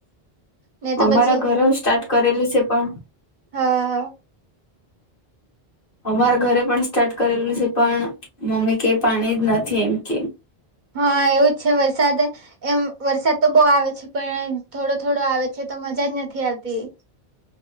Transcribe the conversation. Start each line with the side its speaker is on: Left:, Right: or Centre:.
Right: ને તો
Left: અમારા
Right: પછી
Left: ઘરેઓ સ્ટાર્ટ કરેલું છે પણ
Right: હા
Left: અમારા ઘરે પણ સ્ટાર્ટ કરેલું છે, પણ મમ્મી કે પાણી જ નથી એમ કે.
Right: હા એવું જ છે વરસાદ એમ વરસાદ તો બહુ આવે છે, પણ થોડો થોડો આવે છે, તો મજા જ નથી આવતી.